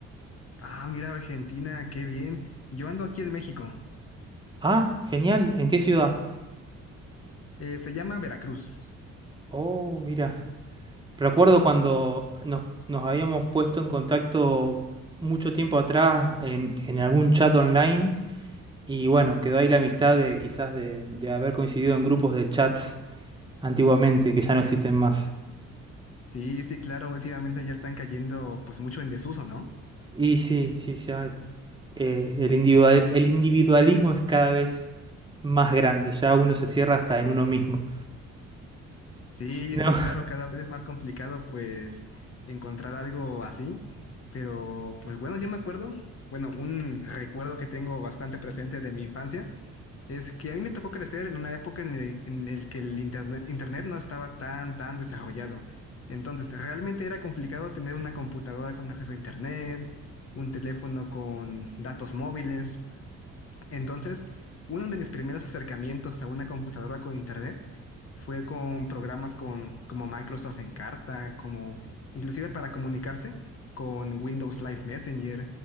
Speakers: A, on the left; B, on the right.
A: Ah, mira, Argentina, qué bien. Yo ando aquí en México.
B: Ah, genial. ¿En qué ciudad?
A: Eh, se llama Veracruz.
B: Oh, mira. Recuerdo cuando nos, nos habíamos puesto en contacto mucho tiempo atrás en, en algún chat online. Y bueno, quedó ahí la amistad de quizás de, de haber coincidido en grupos de chats antiguamente que ya no existen más.
A: Sí, sí, claro, últimamente ya están cayendo pues mucho en desuso, ¿no?
B: Y sí, sí, ya. eh, el individua- el individualismo es cada vez más grande, ya uno se cierra hasta en uno mismo.
A: Sí,
B: No,
A: sí, claro, cada vez es más complicado pues encontrar algo así. Pero pues bueno, yo me acuerdo, bueno, un recuerdo que tengo bastante presente de mi infancia. Es que a mí me tocó crecer en una época en el, en el que el internet, internet no estaba tan, tan desarrollado. Entonces, realmente era complicado tener una computadora con acceso a internet, un teléfono con datos móviles. Entonces, uno de mis primeros acercamientos a una computadora con internet fue con programas con, como Microsoft Encarta, como inclusive para comunicarse con Windows Live Messenger,